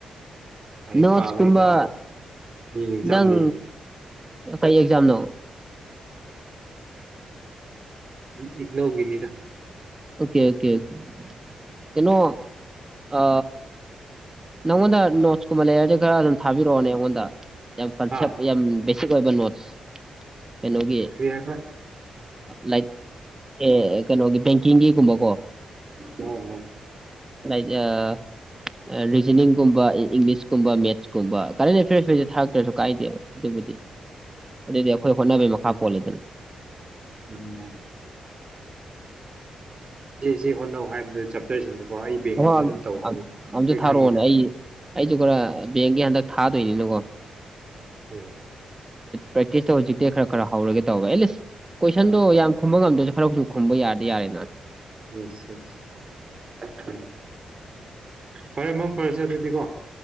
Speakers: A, on the right; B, on the right.
A: ꯂꯥꯏꯔꯤꯛ
B: ꯅꯣꯠꯁꯀꯨꯝꯕ
A: ꯄꯥꯕ ꯅꯠꯇꯦ ꯌꯦꯡ ꯆꯝꯅꯤ
B: ꯅꯪ ꯀꯩ ꯑꯦꯛꯖꯥꯝꯅꯣ
A: ꯏꯒꯅꯣꯧꯒꯅꯤꯗ
B: ꯑꯣꯀꯦ ꯑꯣꯀꯦ ꯑꯣꯦ ꯀꯩꯅꯣ ꯑ ꯅꯉꯗ ꯀꯨꯝꯕ ꯂꯦꯌꯔꯁꯦ ꯈꯔ ꯑꯗꯨꯝ ꯊꯥꯕꯤꯔꯛꯑꯣꯅꯦ ꯑꯩꯉꯣꯟꯗ ꯌꯥꯝ ꯀꯟꯁꯦꯞ
A: ꯍꯥ
B: ꯌꯥꯝ ꯕꯦꯁꯤꯛ ꯑꯣꯏꯕ ꯅꯣꯠꯁ ꯀꯩꯅꯣꯒꯤ
A: ꯀꯔꯤ ꯍꯥꯏꯕ
B: ꯂꯥꯏꯠ ꯑꯦ ꯀꯩꯅꯣꯒꯤ ꯕꯦꯡꯀꯤꯡꯒꯤꯒꯨꯝꯕꯀꯣ
A: ꯍꯣꯏ
B: ꯑ ꯔꯤꯖꯅꯤꯡꯒꯨꯝꯕ ꯏꯪꯂꯤꯁꯀꯨꯝꯕ ꯃꯦꯠꯁꯀꯨꯝꯕ ꯀꯔꯦꯟ ꯑꯦꯐꯤꯔꯁ ꯊꯇꯧꯁꯨ ꯀꯥꯏꯗ ꯑꯗꯨꯕꯨꯗꯤ ꯑꯗꯨꯗꯤ ꯑꯩꯈꯣꯏ ꯍꯣꯠꯅꯕꯩ ꯃꯈꯥ ꯄꯣꯜꯜꯂꯤꯦꯗꯅ
A: ꯎꯝ ꯁꯤ ꯍꯣꯠꯅꯧ ꯍꯥꯏꯕꯗꯨ ꯆꯦꯞꯇꯔꯁꯤꯡꯗꯀꯣ ꯑꯩ ꯕꯦꯡꯒꯤꯗꯤ
B: ꯍ
A: ꯑꯗꯨꯝ ꯇꯧꯕꯅꯤ
B: ꯑꯝꯁꯨ
A: ꯂꯣꯏ
B: ꯊꯥꯔꯛꯑꯣꯅꯦ
A: ꯈꯪꯉꯤꯗ
B: ꯑꯩ ꯑꯩꯁꯨ ꯈꯔ ꯕꯦꯡꯒꯤ ꯍꯟꯗꯛ ꯊꯥꯗꯣꯏꯅꯤꯅꯀꯣ
A: ꯎꯝ
B: ꯄꯦꯛꯇꯤꯁ ꯇ ꯍꯧꯖꯤ ꯈꯔ ꯈꯔ ꯍꯧꯔꯒ ꯇꯧꯕꯂꯁ ꯀꯣꯏꯁꯟꯗꯣ
A: ꯑꯥ
B: ꯌꯥꯝ ꯈꯨꯝꯕ ꯉꯝꯗꯣꯏꯁꯨ ꯈꯔꯁꯨꯨꯝ ꯈꯨꯝꯕ ꯌꯥꯔꯗꯤ ꯌꯥꯔꯦꯗ
A: ꯌꯦꯁ ꯌꯦꯁ ꯎꯝ ꯐꯔꯦ ꯃꯪ ꯐꯔꯁꯦ ꯑꯗꯨꯗꯤꯀꯣ